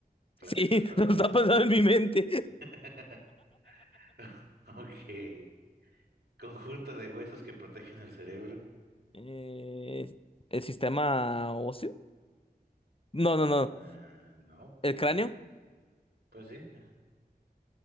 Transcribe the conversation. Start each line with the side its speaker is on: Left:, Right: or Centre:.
Right: planetas
Left: Sí,
Right: para
Left: <laughs> lo
Right: acordarte?
Left: está pasando en mi mente.
Right: <laughs> Ok. ¿Conjunto de huesos que protegen el cerebro?
Left: Eh, el sistema óseo. No, no, no.
Right: Ah, no.
Left: El cráneo.
Right: Pues sí.